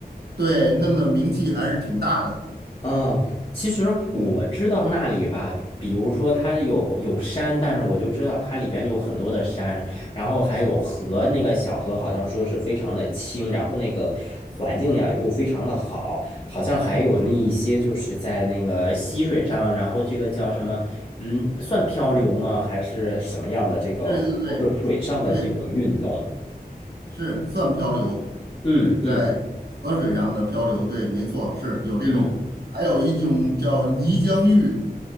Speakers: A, on the right; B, on the left.
A: 对弄得名气还是挺大的，
B: 嗯，其实我知道那里吧，
A: 嗯，
B: 比如说它有有山，但是我就知道它里边有很多的山，然后还有河，那个小河好像说是非常的清，然后那个环境呀又非常的好，好像还有那一些就是在那个溪水上，然后这个叫什么，嗯，算漂流吗？还是什么样的这个，
A: 对对对。
B: 就是水上的这种运动？
A: 对，是算漂流，
B: 嗯嗯
A: 在河水上的漂流，对，没错，是有这种，
B: 嗯，
A: 还有一种叫泥浆浴，